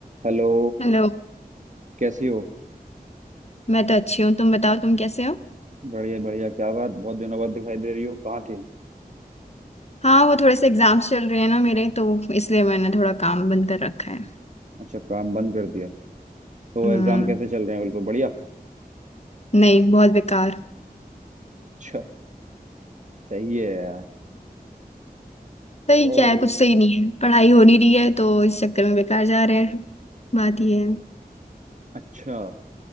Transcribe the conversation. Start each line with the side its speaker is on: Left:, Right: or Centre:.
Right: Hello
Left: Hello
Right: कैसी हो
Left: मैं तो अच्छी हूँ तुम बताओ तुम कैसे हो
Right: बढ़िया बढ़िया क्या बात बहुत दिनों बाद दिखाई दे रही हो कहाँ थी
Left: हाँ वो थोड़े से एग्जाम्स चल रहे हैं ना मेरे तो इसलिए मैंने थोड़ा काम बंद कर रखा है
Right: अच्छा काम बंद कर दिया तो
Left: हम्म
Right: एग्जाम कैसे चल रहे हैं बिल्कुल बढ़िया
Left: नहीं बहुत बेकार
Right: अच्छा सही है यार
Left: सही
Right: और
Left: क्या है कुछ सही नहीं है पढ़ाई हो नहीं रही है तो इस चक्कर में बेकार जा रहे हैं बात ये है
Right: अच्छा